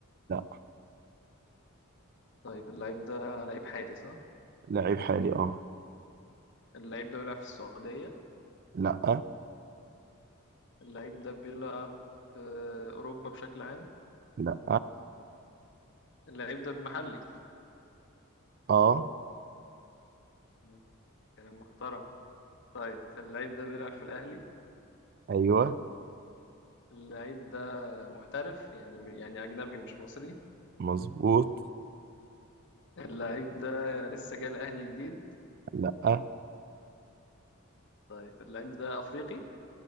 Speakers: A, on the right (about 45°); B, on the left (about 55°).
A: لا
B: طيب اللعيب ده لعيب حالي صح؟
A: لعيب حالي اه
B: اللعيب ده بيلعب في السعودية
A: لا
B: اللعيب ده بيلعب في أوروبا بشكل عام
A: لا
B: اللعيب ده بمحلي
A: اه
B: مم. كلام محترم طيب اللعيب ده بيلعب في الأهلي
A: ايوه
B: اللعيب ده محترف يعني يعني أجنبي مش مصري
A: مظبوط
B: اللعيب ده لسه جاي الأهلي جديد
A: لا
B: طيب اللعيب ده أفريقي